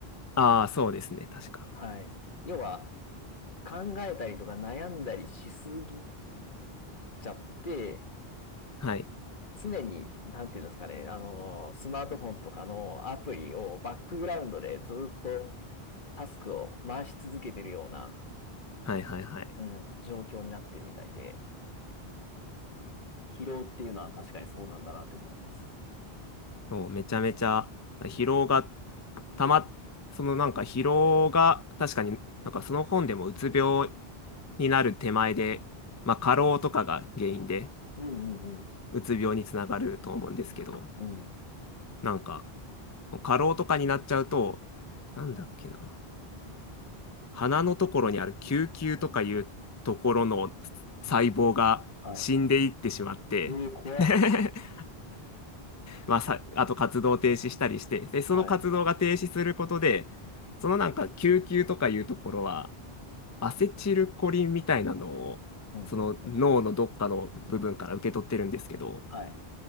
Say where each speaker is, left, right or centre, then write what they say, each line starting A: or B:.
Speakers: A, on the left; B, on the left.
A: ああ、そうですね、確か。
B: はい。要は考えたりとか悩んだりしすぎちゃって、
A: はい。
B: 常に、なんていうんですかね、あの、スマートフォンとかのアプリをバックグラウンドでずっとタスクを回し続けてるような、
A: はいはいはい。
B: うん、状況になってるみたいで、疲労っていうのは確かにそうなんだなって思います。
A: もうめちゃめちゃ疲労がたま、そのなんか疲労が、確かになんかその本でもうつ病になる手前で、まあ過労とかが原因で、
B: うんうん
A: うつ病につながると思うんですけど、
B: うん。うん。
A: なんか、過労とかになっちゃうと、なんだっけな、鼻のところにある球球とかいうところの細胞が死んでいってしまって、
B: はい。ええ、怖っ。
A: <laughs> まあ、さ、あと活動を停止したりして、で、その活動が停止することで、
B: はい。
A: そのなんか救急とかいうところは、アセチルコリンみたいなのを、
B: うんうんうん。
A: その脳のどっかの部分から受け取ってるんですけど、
B: はい。